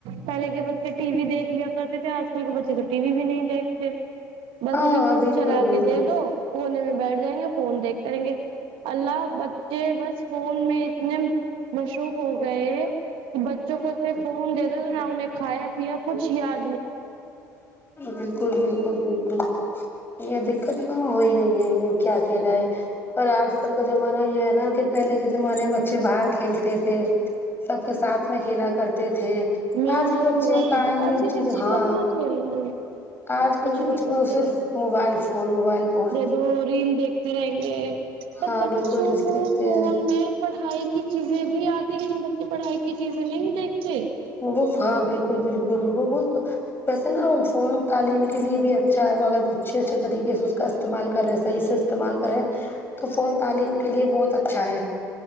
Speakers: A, on the right; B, on the left.
A: پہلے کے بچے ٹی وی دیکھ لیا کرتے تھے آج کل کے بچے ٹی وی بھی نہیں دیکھتے بس
B: ہاں
A: انہیں
B: ہاں
A: فون
B: بالکل
A: چلا
B: بالکل
A: کے دے دو کونے میں بیٹھ جائیں گے فون دیکھ کریں گے اللہ بچے بس فون میں اتنے مصروف ہو گئے کہ بچوں کو سے فون دے دے نا ہیں کھایا پیا پوچھیا
B: بالکل بالکل بالکل یہ دقت نہ ہو گئی ہے کیا کیا جائے پر آج کل کا زمانہ یہ ہے نا کہ پہلے کے زمانے میں بچے باہر کھیلتے تھے سب کے ساتھ میں کھیلا کرتے تھے
A: میل
B: آج کے
A: جول
B: بچے
A: ہوا کرتے
B: آئی
A: تھے آج کے بچے
B: ہاں
A: کہاں کھیل رہے ہیں
B: آج
A: کچھ
B: کل کے
A: نہیں
B: بچوں
A: کرتے
B: میں صرف موبائل فون موبائل فون
A: وہ ریل دیکھتے رہیں گے اور
B: ہاں
A: بچوں
B: بالکل رستے
A: کو فون میں پڑھائی کی چیزیں بھی آتی لیکن بچے پڑھائی کی چیزیں نہیں دیکھتے
B: وہ ہاں بالکل بالکل وہ بول تو ویسے نا فون تعلیم کے لیے بھی چار بغ اچھے اچھے طریقے سے اس کا استعمال کرے سہی سے استعمال کرے تو فون تعلیم کے لیے بہت اچھا ہے